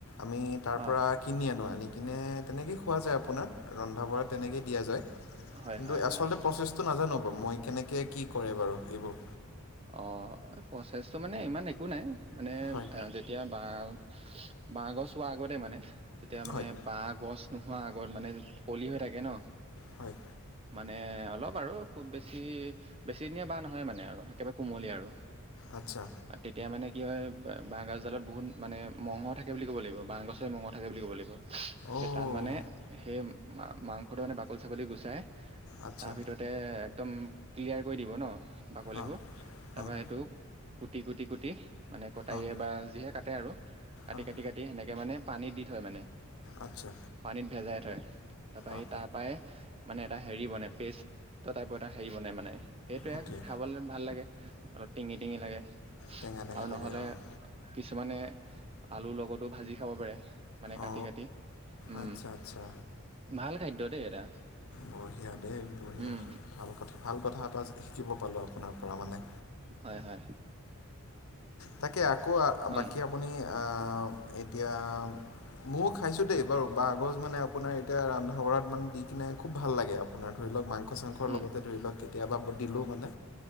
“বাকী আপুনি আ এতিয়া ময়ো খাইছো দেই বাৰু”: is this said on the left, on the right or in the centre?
Left